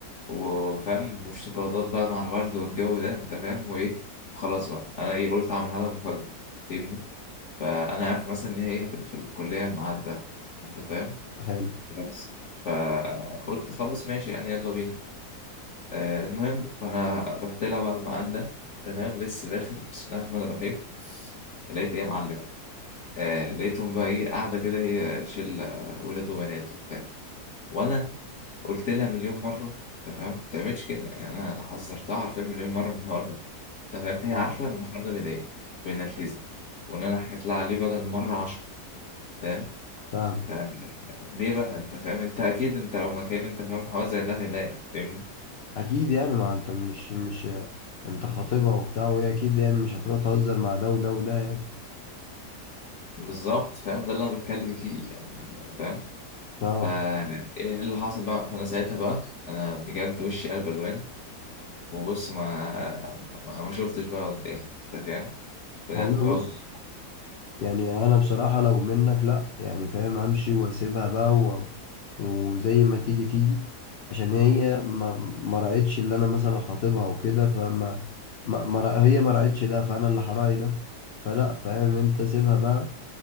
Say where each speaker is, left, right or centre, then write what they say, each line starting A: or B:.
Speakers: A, on the left (about 55°); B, on the left (about 75°).
A: وفاهم مش شوكولاتات بقى مع الورد والجو ده انت فاهم وايه وخلاص بقى انا ايه قلت اعملها لها مفاجأة فاهمني فانا عارف مثلا ان هي هتبقى في الكلية الميعاد ده انت فاهم
B: حلو
A: بس فقلت خلاص ماشي يعني يلا بينا آه، المهم فانا رحت لها بعد ما عدى تمام لسه داخل بسم الله الرحمن الرحيم لقيت ايه يا معلم آه لقيتهم بقى ايه قاعده كده هي شله ولاد وبنات وبتاع وانا قلت لها مليون مره تمام ما تعملش كده يعني انا انا حذرتها عارفين مليون مره من الحوار ده تمام هي
B: اه
A: عارفه ان الحوار ده بيضايق وينرفزني وان انا حكيت لها عليه بدل مره عشرة تمام
B: فاهم
A: ف- ليه بقى انت فاهم انت اكيد انت لو مكاني انت فاهم حوار زي ده هيضايقك فاهمني
B: اكيد يعني ما انت مش مش انت خاطبها وبتاع وهي اكيد يعني مش هتروح تهزر مع ده وده وده يعني
A: بالظبط فاهم ده اللي انا بتكلم فيه يعني فاهم
B: اه
A: فا ايه اللي حصل بقى فانا ساعتها بقى انا بجد وشي قلب الوان وبص ما ما, ما شفتش بقى قدامي انت فاهم بجد
B: والله
A: برضه
B: بص يعني انا بصراحة لو منك لا يعني فاهم امشي واسيبها بقى و... وزي ما تيجي تيجي عشان هي ما ما راعتش اللي انا مثلا خاطبها وكده فما ما... ما... رأ- هي ما راعتش ده فانا اللي هراعي ده فلا فاهم انت سيبها بقى